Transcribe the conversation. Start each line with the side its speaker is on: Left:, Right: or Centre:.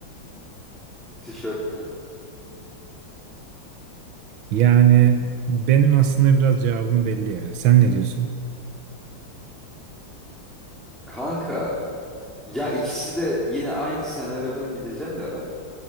Centre: tişört mü?
Right: Yani benim aslında biraz cevabım belli ya. Sen ne diyorsun?
Centre: Kanka ya ikisi de yine aynı senaryodan gideceğim de ben.